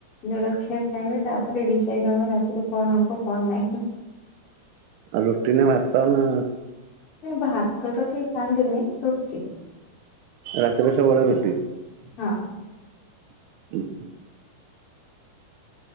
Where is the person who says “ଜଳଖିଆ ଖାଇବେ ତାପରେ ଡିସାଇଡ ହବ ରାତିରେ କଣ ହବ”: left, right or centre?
Left